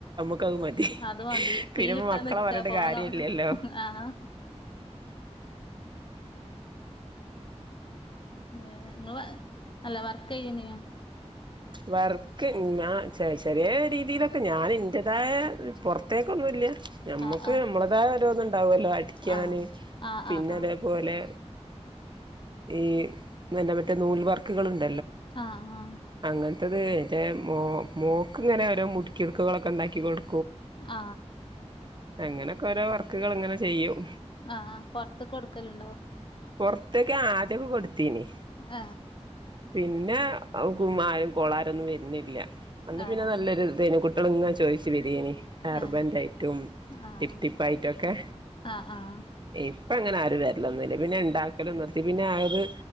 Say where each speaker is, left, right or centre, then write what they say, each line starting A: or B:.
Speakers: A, on the right; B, on the left.
A: ഓക്കമതി
B: അത് മതി ഫ്രീ
A: തിരുമ്പോ
B: കിട്ടാൻ
A: മക്കളെ
B: നിക്ക
A: പറഞ്ഞിട്ട്
B: പോകാ
A: കാര്യല്ലല്ലോ
B: ആഹ് ഏ നിങ്ങള് അല്ല വർക്ക് ചെയുന്നിയ
A: വർക്ക് ഞാൻ ചെറിയ രീതിയിലൊക്കെ ഞാൻ എന്റെത്തയ പോറത്തേക്കൊന്നുല്ല ഞമ്മക്ക്
B: ആഹ്
A: നമ്മളേതായ ഓരോന്ന് ഇണ്ടാവുല്ലോ അടിക്കാന്
B: ആഹ് ആഹ്
A: പിന്നെ
B: ആഹ് ആഹ്
A: അതേപോലെ ഈ നല്ല മറ്റേ നൂൽ വർക്കുകള്ള് ഉണ്ടല്ലോ
B: ആ ആ
A: അങ്ങനത്തത് എന്റെ മോ മോക്ക് ഇങ്ങനെ ഓരോ മുടിക്കികളൊക്കെ ഉണ്ടാക്കി കൊടു
B: ആ
A: അങ്ങനെയൊക്കെ ഓരോ വർക്കുകള്ള് ഇങ്ങനെ ചെയ്യും
B: ആഹ്ആഹ് പൊറത്ത് കൊടുക്കലുണ്ടോ
A: പുറത്തേക്ക് ആദ്യക്കെ കൊടുത്തീന്
B: ആ
A: പിന്നെ <unintelligible> കോളാരൊന്നും വരുന്നില്ല അന്ന്
B: ആഹ്
A: പിന്നെ നല്ലൊരു ഇതെന്ന് തുറന്നുവച്ച് കഴിച്ച് ബിരിയാണി ഹെർബന്റെയിറ്റും
B: ഏഹ് ആഹ്
A: ടിപ്പ് ടിപ്പായിട്ടും ഒക്കെ
B: ആഹ് ആഹ്
A: ഇപ്പ അങ്ങനെ ആരും വരല്ല് ഒന്നുല്ല എപ്പോ പിന്നെ ഇണ്ടാക്ക കല്ല് നിർത്തി പിന്നെ അത്